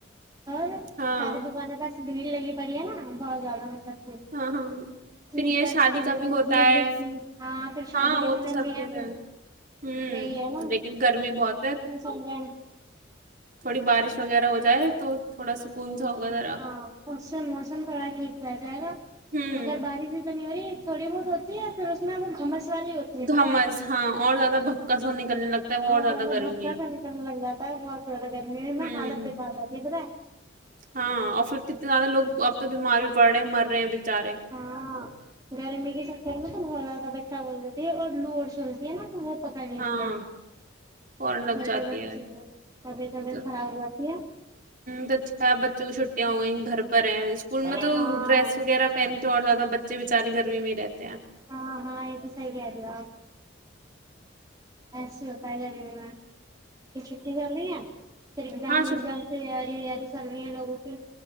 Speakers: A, on the right (about 20°); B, on the right (about 45°).
A: اور ساریے
B: ہاں
A: دکان کاس بھیڑ لگی پڑی ہے نا بہت زیادہ مطلب
B: ہاں ہاں
A: سلیپرس
B: پھر یہ شادی
A: کی لو
B: کا بھی ہوتا
A: جری
B: ہے
A: کی ہاں پھر شادی
B: ہاں
A: کے
B: وہ
A: سیزن
B: تو سب
A: میں
B: چیزیں
A: ہے پھر
B: ہیں۔ ہوں
A: یہی ہے نا
B: لیکن گرمی بہت ہے
A: چل جائ
B: تھوڑی بارش وغیرہ ہو جائے تو تھوڑا سکون سا ہوگا ذرا
A: ہاں موسم موسم تھوڑا ٹھیک رہ جائے گا
B: ہوں
A: مگر بارش بھی یی تھوڑی بہت ہوتی ہے اور پھر اس میں وہ گھمس والی ہوتی ہے
B: گھمس
A: پتہ ہے
B: ہاں اور زیادہ بھپکسا نکلنے لگتا ہے وہ
A: اور
B: زیادہ گرمی
A: بھتہ سا نکلنے لگ جا ہے بہت زیادہ گرمی میں
B: ہوں
A: میں حالت بکار جاتی ہے <unintelligible>
B: ہاں اور پھر کتنے زیادہ لوگ اب تو بیمار بھی پڑ رہے ہیں مر رہے ہیں بےچارے
A: ہاں گرمی کی سکتےر ت میں تو بہت کا بیھا بول <unintelligible> دی تھ اور لوڑ چلتی ہے نا تو وہ پکڑ لیتی
B: ہاں
A: ہے
B: فورن
A: چھوٹے
B: لگ جاتی
A: بچے
B: ہے
A: ہیں طبیعت وبیعت
B: ہ
A: خراب ہو جاتی ہے
B: تو اچھا ہے بچوں کی چھٹیاں ہو گئی ہیں گھر پے ہیں اسکول
A: ہاں
B: میں تو ڈریس وغیرہ پہنتے اور زیادہ بچے بےچے گرمی میں ہی رہتے <unintelligible>
A: ہاں ہاں یہ تو صحیح کہ رہی ہو آپ ایس ہوتا ہے گری میں پھر چھٹی چل رہی ہے پھر ایگزام
B: ہاں چھٹ
A: وگزام سے یہ اری سرنییا لگوں تو